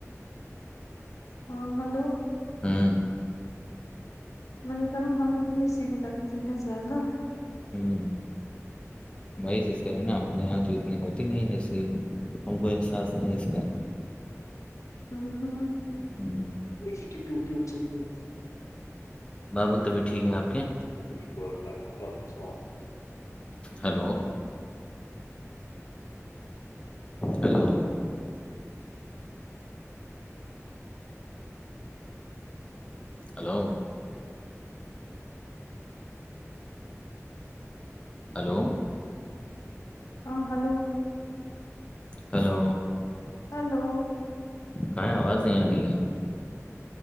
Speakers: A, on the left; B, on the left.
A: ہاں ہلو
B: ہاں
A: میں نے کہا ہمیں اتنی سی بھی لگتی ہے زیادہ
B: ہوں وہی چیز کریں نا ہمارے یہاں تو اتنی ہوتی نہیں ایسی ہم کو احساس نہیں ہے اس
A: <unintelligible>
B: کا ہوں، بابقت ابھی ٹھیک ہیں آپ کے
A: جی رہ ہیں ڈاک صوح
B: ہلو ہیلو ہلو ہلو
A: ہاں ہلو
B: ہلو
A: ہلو
B: کہیں آواز نہیں آ رہی ہے